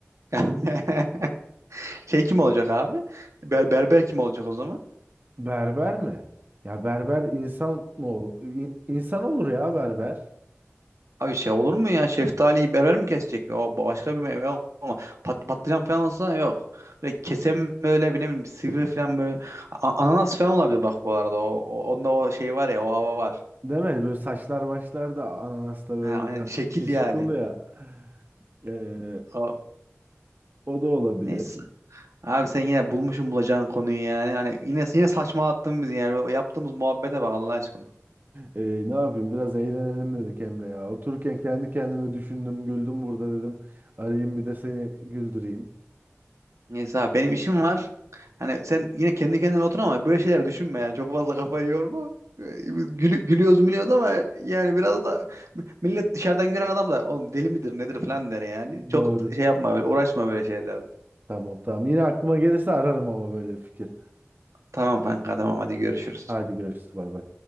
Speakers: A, on the right; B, on the right.
A: <laughs> Şey kim olacak abi? Ber berber kim olacak o zaman?
B: Berber mi? Ya berber insan mı ol in- insan olur ya berber.
A: Abi şey olur mu ya? Şeftaliyi berber mi kesecek? O başka bir meyve ama pat, patlıcan falan olsa yok. Böyle kesen böyle bir ne bileyim sivri falan böyle. A- ananas falan olabilir bak bu arada. O, o- onda o şey var ya o hava var.
B: Değil mi? Böyle saçlar başlar da ananasta böyle
A: Ha, aynen
B: biraz
A: şekil
B: şekil
A: yani.
B: şukul ya. E,
A: O,
B: o da olabilir.
A: neyse. Abi sen yine bulmuşsun bulacağın konuyu yani. Hani yine yine saçma attın bizi yani. O Yaptığımız muhabbete bak Allah aşkına.
B: Ee, ne yapayım biraz eğlenelim dedik Emre ya. Otururken kendi kendime düşündüm, güldüm burada dedim. Arayayım bir de seni güldüreyim.
A: Neyse abi benim işim var. Hani sen yine kendi kendine otur ama böyle şeyler düşünme yani. Çok fazla kafayı yorma. Ee, biz gülü- gülüyoruz gülüyoruz ama yani biraz da millet dışarıdan gören adam da oğlum deli midir nedir falan der yani. Çok
B: Doğru.
A: şey yapma böyle uğraşma böyle şeylerle.
B: Tamam tamam. Yine aklıma gelirse ararım ama böyle bir fikir.
A: Tamam kanka tamam hadi
B: Tamam.
A: görüşürüz.
B: Hadi görüşürüz. Bay bay.